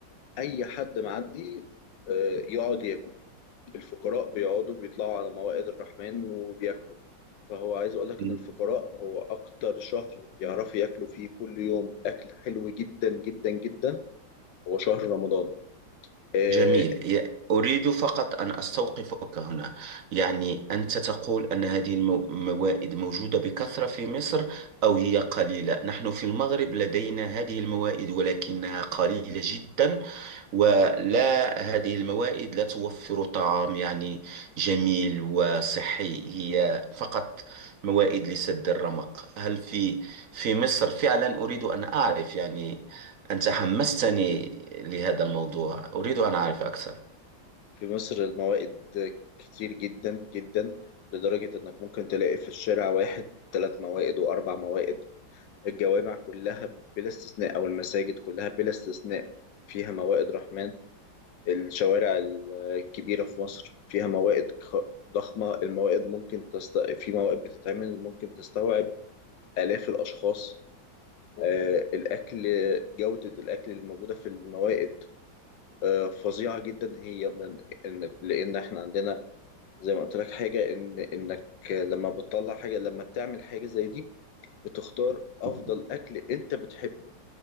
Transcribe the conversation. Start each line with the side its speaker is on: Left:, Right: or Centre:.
Left: اي حد معدي آه، يقعد ياكل الفقراء بيقعدوا بيطلعوا على موائد الرحمن وبياكلوا فهو عايز اقول لك
Right: مهم.
Left: ان الفقراء هو اكتر شهر يعرفوا ياكلوا فيه كل يوم اكل حلو جدا جدا جدا هو شهر رمضان آه،
Right: جميل ي- أريد فقط أن أستوقفك هنا يعني أنت تقول أن هذه المو- الموائد موجودة بكثرة في مصر أو هي قليلة نحن في المغرب لدينا هذه الموائد ولكنها قليلة جدا ولا هذه الموائد لا توفر طعام يعني جميل وصحي هي فقط موائد لسد الرمق هل في في مصر فعلا أريد أن أعرف يعني أنت حمستني لهذا الموضوع أريد أن أعرف أكثر
Left: في مصر الموائد كتير جدا جدا لدرجة انك ممكن تلاقي في الشارع واحد ثلاث موائد واربع موائد الجوامع كلها بلا استثناء او المساجد كلها بلا استثناء فيها موائد رحمن الشوارع الكبيرة في مصر فيها موائد خ- ضخمة الموائد ممكن تست... في موائد بتتعمل ممكن تستوعب آلاف الأشخاص آه، الأكل جودة الأكل اللي موجودة في الموائد آه، فظيعة جدا هي من إن... لأن إحنا عندنا زي ما قلت لك حاجة إن إنك لما بتطلع حاجة لما بتعمل حاجة زي دي بتختار أفضل
Right: مم.
Left: أكل أنت بتحبه